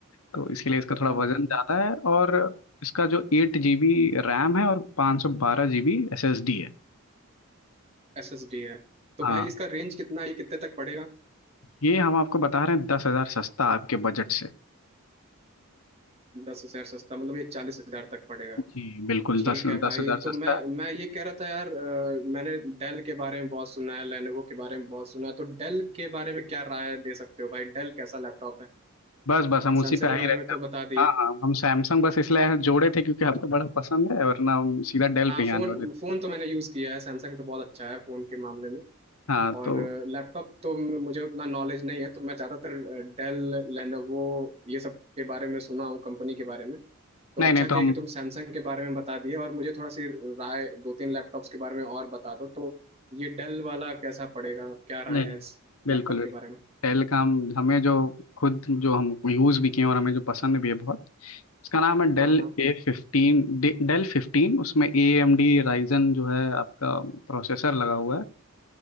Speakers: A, on the left; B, on the right.
A: तो इसके लिए इसका थोड़ा
B: हाँ
A: वजन ज़्यादा है और इसका जो एट जी बी रैम है और पाँच सौ बारह G B S S D है
B: एस एस डी है तो
A: हाँ
B: भाई इसका रेंज कितना है? ये कितने तक पड़ेगा
A: ये हम आपको बता रहे हैं दस हज़ार सस्ता आपके बजट से
B: दस हजार सस्ता मतलब ये चालीस हजार तक पड़ेगा
A: जी बिल्कुल
B: ठीक
A: दस
B: है
A: दस
B: भाई
A: हज़ार
B: तो
A: सस्ता
B: मैं
A: है
B: मैं ये कह रहा था यार अ, मैंने डेल के बारे में बहुत सुना है लेनोवो के बारे में बहुत सुना है तो डेल के बारे में क्या राय दे सकते हो भाई डेल कैसा लैपटॉप है
A: बस बस हम
B: सैमसंग
A: उसी पे आ
B: के
A: ही
B: बारे
A: रहते
B: में तो
A: हैं
B: बता दिए
A: हाँ हाँ हम सैमसंग बस इसलिए जोड़े थे क्योंकि आपको बड़ा पसंद है वरना हम सीधा डेल
B: हाँ
A: पे ही
B: फोन
A: आने वाले थे
B: फोन तो मैंने यूज़ किया है सैमसंग तो बहुत अच्छा है फोन के मामले में
A: हाँ
B: और
A: तो
B: लैपटॉप तो म- मुझे उतना नॉलेज नहीं है तो मैं ज़्यादातर डेल लेनोवो ये सब के बारे में सुना हूँ कंपनी के बारे में तो
A: नहीं
B: अच्छा
A: नहीं
B: किया
A: तो हम
B: कि तुम सैमसंग के बारे में बता दिए और मुझे थोड़ा सी राय दो तीन लैपटॉप्स के बारे में और बता दो तो ये डेल वाला कैसा पड़ेगा क्या राय
A: नहीं नहीं
B: है इस
A: बिल्कुल
B: लैपटॉप
A: बिल्कुल
B: के बारे में
A: पहले काम हमें जो खुद जो हम यूज़ भी किए हैं और हमें जो पसंद भी है बहुत उसका नाम है Dell
B: हाँ हाँ
A: A fifteen Dell fifteen उसमें ए एम डी राइजन जो है आपका प्रोसेसर लगा हुआ है